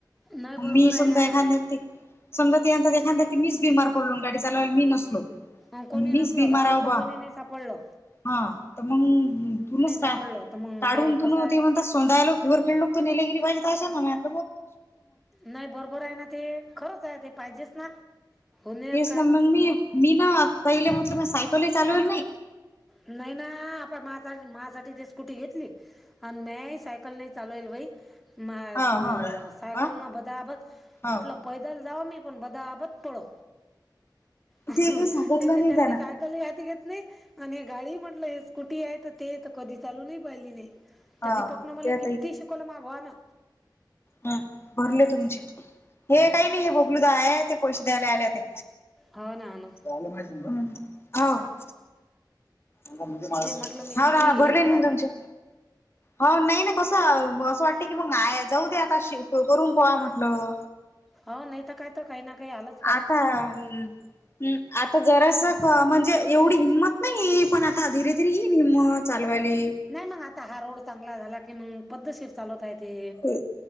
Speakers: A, in the centre; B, on the left (about 35°).
A: नाही
B: म
A: बरोबर
B: मी समजा
A: आहे ना
B: एखाद्या ठिक समजा <unintelligible> एखाद्या मीच बीमार पडलो गाडी चावायला मी नसलो
A: आ कोणी
B: मीच
A: नसल
B: बिमार
A: गावातलं
B: आहो बा
A: कोणी नाइ सापलं
B: हा त म तूनच
A: सापडलं
B: का
A: तर मग
B: काढून
A: ते
B: तून
A: कसं आहे
B: ते म्हणत सोंदाय वर <inaudible>
A: नाही बरोबर हाय ना ते खरंच आहे ते पाहिजेच ना हुनेर
B: म मी मी मीना पहिले म्हटलं सायकल चालवली नाही
A: नाइ ना आपण माझा माझ्यासाठी ते स्कुटी घेतली. आणि नाय सायकल नाही चालवली बाई मायात
B: हा
A: नं
B: हा
A: सायकल
B: हा
A: न बदाबद म्हटलं.
B: हो
A: पैदल जाव मी पण बदाबद पळो त्याच
B: ते काही सांगितलं नाही त्यान
A: मी <unintelligible> घेतली आणि गाडी म्हटलं हे स्कुटी आहे ते कधी चालूनही पाहिली नाही.
B: हा
A: त दिपकन मला
B: त्या
A: किती शिकवल माग वाना
B: हम्म भरले तुमचे हे काही नाही हे बबलूदा हाय ते पैसे द्यायला यायल्याते.
A: हो ना ना.
B: हम्म हा. हौ
A: ते म्हटलं मी किती
B: ना भरले
A: हे केलं
B: मी तुमचे. हो नाही ना कसं असं वाटतय की म नाय जाऊ दे आता <unintelligible> करून कोळा म्हटलं.
A: हो नाइ त काय त काही ना काही आलं
B: आता अन हम्म आता जरास क म्हणजे एवढी हिंमत नाही पण आता धीरे धीरे येईल हिंमत चालवाली
A: नाइ म आता हा रोड चांगला झाला की मगं पद्धतशीर चालवता येते.
B: हो